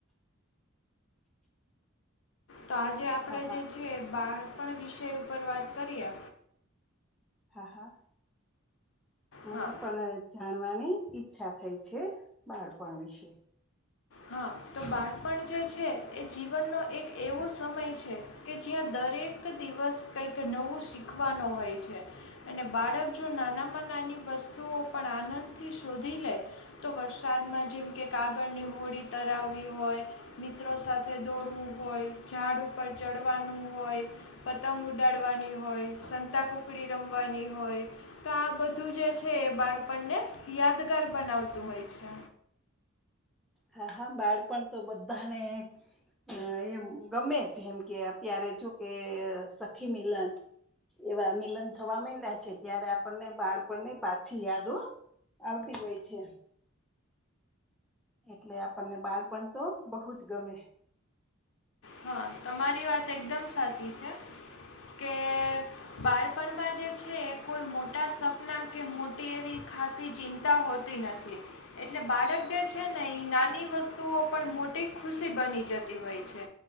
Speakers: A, on the left; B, in the centre.
A: તો આજે આપણેે
B: હા હા
A: જે છે, બાળપણ વિષય ઉપર વાત કરીએ.
B: હા હા, મને
A: હા
B: પણ અ જાણવાની ઈચ્છા થઈ છે, બાળપણ વિશે.
A: હા, તો બાળપણ જે છે, એ જીવનનો એક એવો સમય છે. કે જ્યાં દરેક દિવસ કઈક નવું શીખવાનું હોય છે. અને બાળક જો નાનામાં નાની વસ્તુઓ પણ આનંદ થી શોધી લે. તો વરશાદમાં જેમ કે કાગળની હોડી તરાવવી હોય. મિત્રો સાથે દોડવું હોય, ઝાડ ઉપર ચડવાનું હોય. પતંગ ઉડાડવાની હોય, સંતા કુકડી રમવાની હોય. તો આ બધું જે છે, એ બાળપણને યાદગાર બનાવતું હોય છે.
B: હા હા, બાળપણ તો બધાને અ એમ ગમે છે એમ કે અત્યારે જો કે સખી મલાન એવા મિલન થવા મન્ડિયા છે ત્યારે આપણને બાળપણ ની પાછી યાદો આવતી હોય છે એટલે આપણને બાળપણ તો બહુ જ ગમે
A: હા તમારી વાત એકદમ સાચી છે કે બાળપણમાં જે છે એ કોઈ મોટા સપના કે મોટી એવી ખાસી ચિંતા હોતી નથી એટલે બાળક જે છે ને એ નાની વસ્તુઓ પણ મોટી ખુશી બની જતી હોય છે